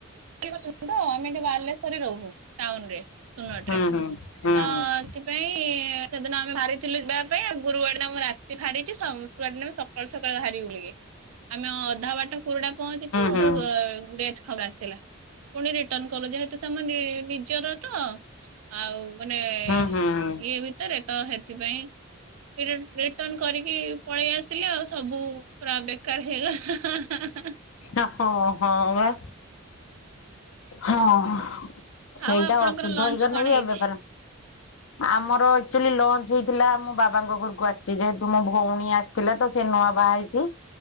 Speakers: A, on the right; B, on the left.
A: ଚାକିରୀ କରିଛନ୍ତି ତ ଆମେ ଏଠି ବାଲେଶ୍ଵରରେ ରହୁ ଟାଉନ ରେ ସୁନଟ
B: ହୁଁ
A: ରେ।
B: ହୁଁ ହୁଁ ହୁଁ
A: ତ ସେଥିପାଇଁ ସେଦିନ ଆମେ ବାହାରିଥିଲୁ ଯିବା ପାଇଁ ଆଉ ଗୁରୁବାର ଦିନ ମୁଁ ରାତି ରେ ବାହାରିଛି ସଁ ଶୁକ୍ରବାର ଦିନ ମୁଁ ସକାଳୁ ସକାଳୁ ବାହାରିବୁ ବୋଲିକି ଆମେ ଅ ଅଧା ବାଟ କୁରୁଡା ପହଞ୍ଚିଚୁ
B: ହୁଁ
A: ଡେଥ୍ ଖବର ଆସିଲା। ପୁଣି ରିଟର୍ଣ୍ଣ କଲୁ ଯେହେତୁ ସେ ଆମ ନି ନିଜର ତ। ଆଉ ମାନେ
B: ହୁଁ ହୁଁ ହୁଁ
A: ଇଏ ବି ରେ ତ ସେଥିପାଇଁ ରିଂ ରିଟର୍ଣ୍ଣ କରିକି ପଳେଇ ଆସିଲି ଆଉ ସବୁ ପୁରା ବେକାର ହୋଇଗଲା ହାଁ ହାଁ ହାଁ।
B: ହାଁ ହଁ ହଁ ବା ହଁ। ସେଇଟା
A: ଆଉ ଆପଣଙ୍କର
B: ଅଶୁଦ୍ଧ
A: ଲଞ୍ଚ
B: ହେଇଗଲେ
A: କଣ
B: ବି
A: ହେଇଛି?
B: ଏବେ ପରା ଆମର ଆକ୍ଚୁୟେଲି ଲଞ୍ଚ ହେଇଥିଲା ମୋ ବାବାଙ୍କ ଘରକୁ ଆସିଛି ଯେହେତୁ ମୋ ଭଉଣୀ ଆସି ଥିଲେ ତ ସେ ନୂଆ ବାହା ହେଇଛି।